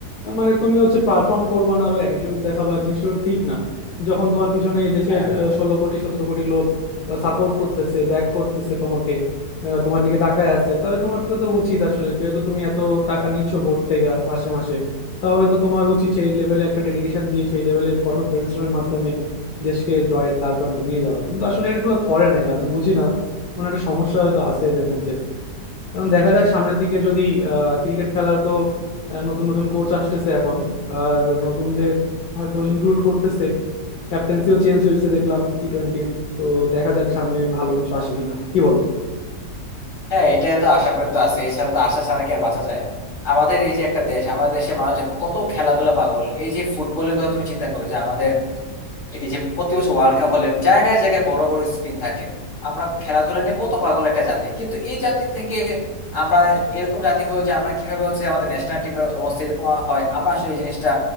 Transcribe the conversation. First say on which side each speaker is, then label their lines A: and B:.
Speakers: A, on the left; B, on the left.
A: আহ, মানে তুমি হচ্ছে পারফর্ম করবা না আবার অ্যাটিটিউড দেখাবা জিনিসটা ঠিক না যখন তোমার পিছনে দেশের
B: হ্যাঁ
A: ষোলো কোটি সতেরো কোটি লোক সাপোর্ট করতেছে ব্যাক করতেছে তোমাকে আহ, তোমার দিকে তাকায় আছে তাহলে তোমার তো তো উচিত আসলে যেহেতু তুমি এত টাকা নিচ্ছ বোর্ড থেকে মাসে মাসে তাহলে তো তোমার উচিত সেই লেভেলে একটা ডেডিকেশন দিয়ে সেই লেভেলের কঠোর পরিশ্রমের মাধ্যমে দেশকে জয়ের দ্বার প্রান্তে নিয়ে যাওয়া কিন্তু আসলে এগুলো করে না এরা আমি বুঝি না কোনো একটা সমস্যা হয়তো আছে এদের মধ্যে এখন দেখা যাক সামনের দিকে যদি আহ ক্রিকেট খেলা তো আহ, নতুন নতুন কোচ আসতেছে এখন আর নতুনদের হয়তো ইনক্লুড করতেছে ক্যাপ্টেন্সিও চেঞ্জ হয়েছে দেখলাম টি টোয়েন্টির তো দেখা যাক সামনে ভালো কিছু আসে কিনা কি বলো
B: হ্যাঁ এটা তো আশা করে তো আছে এছাড়া তো আশা ছাড়া কি আর বাঁচা যায় আমাদের এই যে একটা দেশ আমাদের দেশে মানুষ দেখো কত খেলাধুলা পাগল এই যে ফুটবলের কথা তুমি চিন্তা করো যে আমাদের এই যে প্রতি বছর ওয়ার্ল্ড কাপ হলে জায়গায় জায়গায় বড় বড় স্ক্রিন থাকে আমরা খেলাধুলা নিয়ে কত পাগল একটা জাতি কিন্তু এই জাতি থেকে আমরা এরকম জাতি হয়ে যে আমরা কিভাবে হচ্ছে আমাদের ন্যাশনাল টিমের অবস্থা এরকম হয় আমরা আসলে এই জিনিসটা